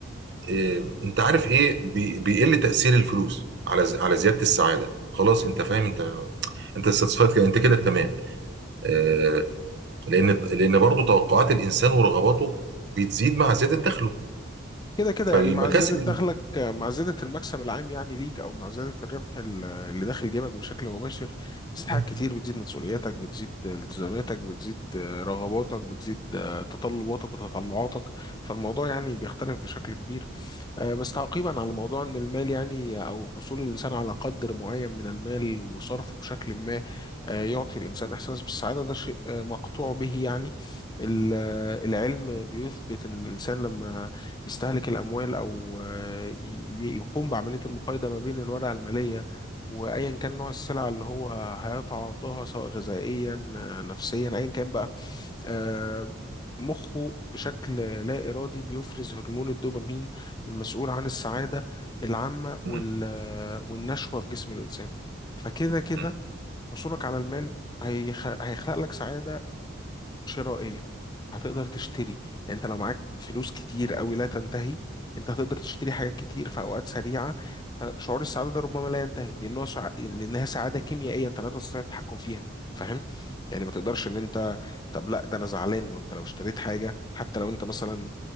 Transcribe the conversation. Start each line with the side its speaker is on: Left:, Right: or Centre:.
Right: إيه، انت عارف ايه بي- بيقل تأثير الفلوس على ز- على زيادة السعادة خلاص انت فاهم انت انت satisfied كده انت كده تمام آه، لان لان برضه توقعات الانسان ورغباته بتزيد مع زيادة دخله
Left: كده كده
Right: فالمكاسب
Left: يعني مع زيادة دخلك مع زيادة المكسب العام يعني ليك أو مع زيادة الربح ال- اللي داخل جيبك بشكل مباشر بتزيد حاجات
Right: مم.
Left: كتير بتزيد مسؤولياتك بتزيد التزاماتك بتزيد آه، رغباتك بتزيد آه، تطلباتك وتطلعاتك فالموضوع يعني بيختلف بشكل كبير آه، بس تعقيبا على موضوع ان المال يعني او حصول الانسان على قدر معين من المال وصرفه بشكل ما آه، يعطي الانسان احساس بالسعاده ده شيء آه، مقطوع به يعني ال- آه، العلم بيثبت ان الانسان لما يستهلك الاموال او آه، ي- يقوم بعمليه المقايضه ما بين الورقه الماليه وايا كان نوع السلعه اللي هو هيتعاطاها سواء غذائيا آه، نفسيا ايا كان بقى آه، مخه بشكل لا إرادي بيفرز هرمون الدوبامين المسؤول عن السعادة العامة وال...
Right: مم.
Left: والنشوة في جسم الإنسان فكده كده
Right: مم.
Left: حصولك على المال هيخ... هيخلق لك سعادة شرائية هتقدر تشتري يعني انت لو معاك فلوس كتير قوي لا تنتهي انت هتقدر تشتري حاجات كتير في اوقات سريعه فشعور السعاده ده ربما لا ينتهي لانه سع... لانها سعاده كيميائيه انت لا تستطيع التحكم فيها فاهم يعني ما تقدرش ان انت طب لا ده انا زعلان ما انت لو اشتريت حاجه حتى لو انت مثلا